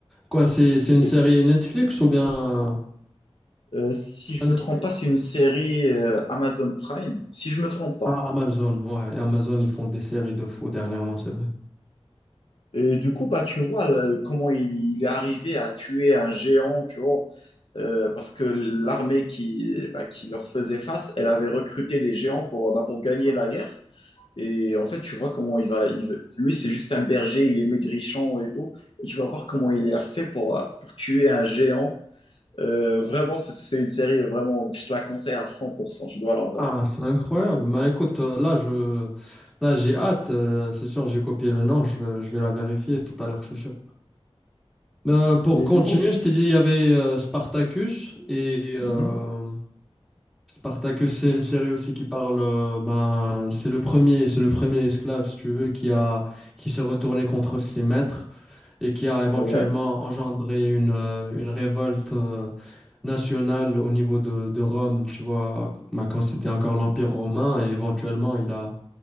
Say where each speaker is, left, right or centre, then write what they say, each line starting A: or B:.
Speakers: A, in the centre; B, on the left.
A: Quoi, c'est c'est une
B: Et,
A: série Netflix ou bien...
B: Euh, si
A: C'est
B: je
A: pas
B: me
A: Netflix.
B: trompe pas, c'est une série euh, Amazon Prime. Si je me trompe pas.
A: Ah, Amazon. Ouais, et Amazon, ils font des séries de fous dernièrement, c'est vrai.
B: Et du coup, bah, tu vois le- comment il, il est arrivé à tuer un géant, tu vois, euh, parce que l'armée qui, bah, qui leur faisait face, elle avait recruté des géants pour, bah, pour gagner la guerre. Et en fait, tu vois comment il va. il- va- lui, c'est juste un berger, il est maigrichon et tout. Et tu vas voir comment il a fait pour, euh, pour tuer un géant. Euh, vraiment, c'est c'est une série, vraiment, je te la conseille à 100%, tu dois la voir.
A: Ah, c'est incroyable. Mais écoute, euh, là, je, là, j'ai hâte. euh, c'est sûr, j'ai copié le nom. Je, vais je vais la vérifier tout à l'heure, c'est sûr. Euh, pour
B: Et
A: continuer,
B: du coup,
A: je t'ai dit, il y avait euh, Spartacus. Et euh,
B: mhm,
A: Spartacus, c'est une série aussi qui parle. euh, ben, c'est le premier, c'est le premier esclave, si tu veux, qui a, qui s'est retourné contre ses maîtres et qui a éventuellement
B: ouais.
A: engendré une, euh, une révolte euh, nationale au niveau de, de Rome, tu vois, ben, quand c'était encore l'Empire romain. Et éventuellement, il a